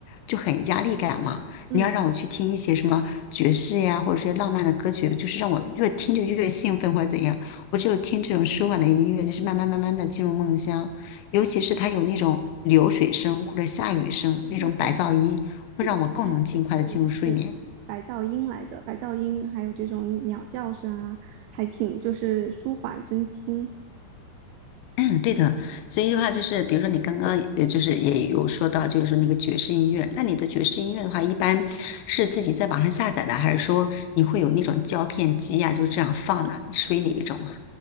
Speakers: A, on the left; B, on the right.
A: 就很压力感嘛。
B: 嗯，
A: 你要让我去听一些什么爵士呀，或者说浪漫的歌曲，就是让我越听就越兴奋或者怎样。我只有听这种舒缓的音乐，就是慢慢慢慢的进入梦乡。尤其是它有那种流水声或者下雨声那种白噪音，
B: 对对对。
A: 会让我更能尽快的进入睡眠。
B: 那种应该是对，是白噪音来的，白噪音还有这种鸟叫声啊，还挺就是舒缓身心。
A: 嗯，对的，所以的话就是，比如说你刚刚呃，就是也有说到，就是说那个爵士音乐，那你的爵士音乐的话，一般是自己在网上下载的，还是说你会有那种胶片机呀、就这样放的？属于哪一种啊？